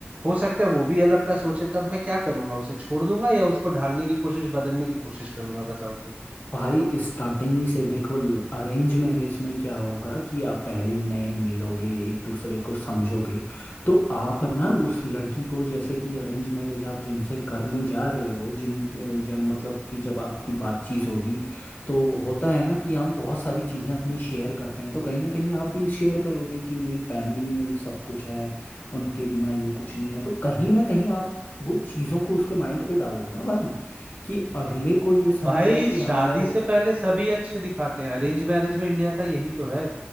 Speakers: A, on the right; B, on the left.
A: हो सकता है वो भी अलग का सोचे तब मैं क्या करूंगा उसे छोड़ दूंगा या उसको ढालने की कोशिश बदलने की कोशिश करूंगा बताओ तो।
B: भाई स्टार्टिंग ही से देखो अरेंज मैरिज में क्या होगा कि आप पहले नए मिलोगे एक दूसरे को समझोगे तो आप ना उस लड़की को जैसे कि अरेंज मैरिज आप जिनसे करने जा रहे हो जिन जब, मतलब कि जब आपकी बातचीत होगी तो होता है ना कि हम बहुत सारी चीज़ें अपनी शेयर करते हैं तो कहीं ना कहीं आप भी शेयर करोगे कि मेरी फैमिली मेरी सब कुछ है उनके बिना ये कुछ नहीं है तो कहीं ना कहीं आप वो चीज़ों को उसके माइंड पे डालोगे ना भाई कि अगले को ये समझ
A: भाई
B: आए कि
A: शादी
B: हाँ यार
A: से पहले सभी अच्छे दिखाते हैं अरेंज मैरिज में इंडिया का यही तो है